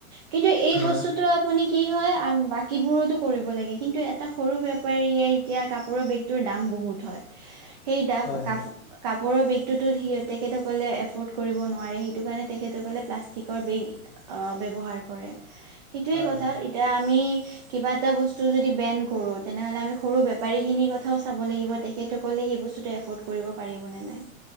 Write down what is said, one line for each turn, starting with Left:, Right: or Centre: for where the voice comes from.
Right: কিন্তু এই
Left: হয়
Right: বস্তুটো আপুনি কি হয় বাকীবোৰতো কৰিব লাগে কিন্তু এটা সৰু বেপাৰীয়ে এতিয়া কাপোৰৰ বেগ টো দাম বহুত হয় সেই দা
Left: হয়
Right: কাপো
Left: হয়
Right: কাপোৰৰ বেগটোতো সিহঁতে তেখেতসকলে এফৰ্ড কৰিব ন নোৱাৰে সেইটোকাৰনে তেখেত সকলে প্লাষ্টিকৰ বেগ ব্যবহাৰ কৰে সেইটোয়ে
Left: হয়
Right: কথা
Left: হয় হয়
Right: এতিয়া আমি কিবা এটা বস্তু যদি বেন কৰো তেনেহলে আমি সৰু বে পাৰীখিনিৰ কথাও চাব লাগিব তেখেতসকলে সেই বস্তুটো এফৰ্ড কৰিব পাৰিব নে নাই।